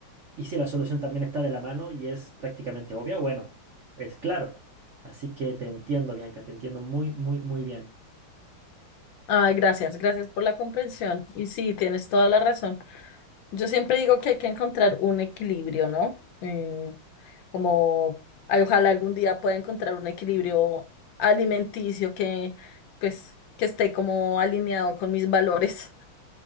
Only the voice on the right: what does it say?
y si la solución también está de la mano y es prácticamente obvia, bueno, es claro. Así que te entiendo, Bianca, te entiendo muy, muy, muy bien.